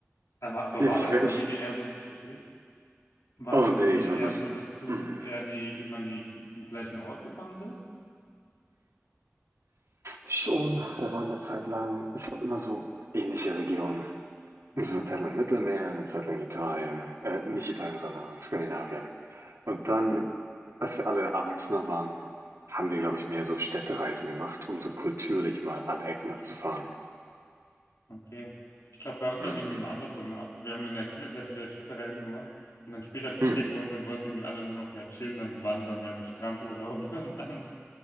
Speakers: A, on the left; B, on the right.
A: Aber, aber
B: Nee,
A: war
B: Ich,
A: deine
B: wär-
A: Familie
B: ich,
A: eher so, sorry, War
B: oh
A: deine
B: nee,
A: Familie
B: ich weiß
A: eher
B: das.
A: so, dass du
B: Hm.
A: eher in die, immer in die, den gleichen Ort gefahren seid?
B: Schon, wir waren eine Zeit lang, ich glaube immer so ähnliche Regionen.
A: Okay.
B: So eine Zeit lang Mittelmeer, eine Zeit lang Italien, äh, nicht Italien, sondern Skandinavien. Und dann, als wir alle Erwachsener waren, haben wir, glaube ich, mehr so Städtereisen gemacht, um so kulturlich mal alle Ecken abzufahren.
A: Okay. Ich glaube, bei uns
B: Mhm.
A: war es irgendwie mal andersrum. Wir haben in der Kindheit sehr viele Städtereisen gemacht und dann später, als wir
B: <laughs> Hm.
A: älter geworden sind, wollten irgendwie alle nur noch mehr chillen, dann waren es dann mehr so Strandurlaube <laughs> und dann